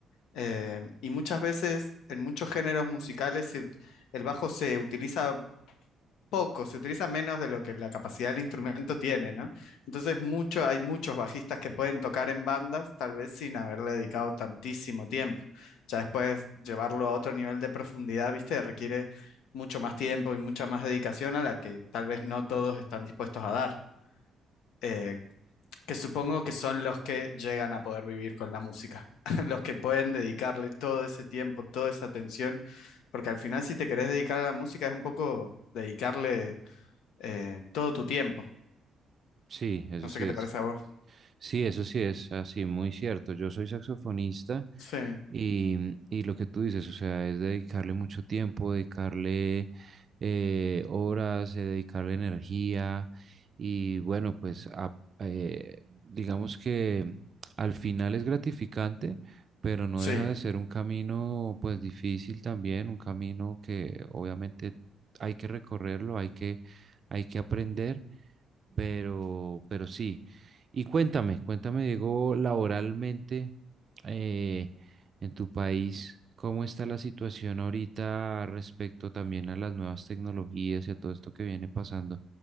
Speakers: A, on the left; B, on the right.
A: eh, y muchas veces en muchos géneros musicales se ut- el bajo se utiliza poco, se utiliza menos de lo que la capacidad del instrumento tiene, ¿no? Entonces mucho, hay muchos bajistas que pueden tocar en bandas, tal vez sin haberle dedicado tantísimo tiempo. Ya después llevarlo a otro nivel de profundidad, ¿viste? Requiere mucho más tiempo y mucha más dedicación a la que tal vez no todos están dispuestos a dar. eh, que supongo que son los que llegan a poder vivir con la música, <laughs> los que pueden dedicarle todo ese tiempo, toda esa atención, porque al final si te querés dedicar a la música es un poco dedicarle eh, todo tu tiempo.
B: Sí, eso
A: No sé
B: sí
A: qué
B: es.
A: te parece a vos.
B: Sí, eso sí es así, muy cierto. Yo soy saxofonista
A: Sí,
B: y, mm, y lo que tú dices, o sea, es dedicarle mucho tiempo, dedicarle eh, horas, eh, dedicarle energía y bueno, pues a- eh, digamos que al final es gratificante, pero no
A: sí,
B: deja de ser un camino pues difícil también, un camino que obviamente hay que recorrerlo, hay que, hay que aprender pero, pero sí. Y cuéntame, cuéntame, Diego, laboralmente eh, en tu país, ¿cómo está la situación ahorita respecto también a las nuevas tecnologías y a todo esto que viene pasando?